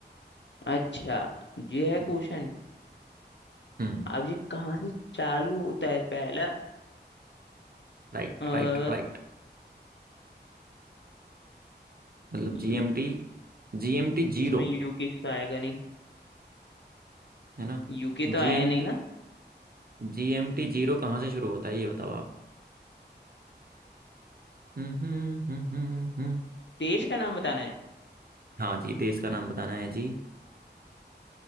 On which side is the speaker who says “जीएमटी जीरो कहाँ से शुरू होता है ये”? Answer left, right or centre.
Right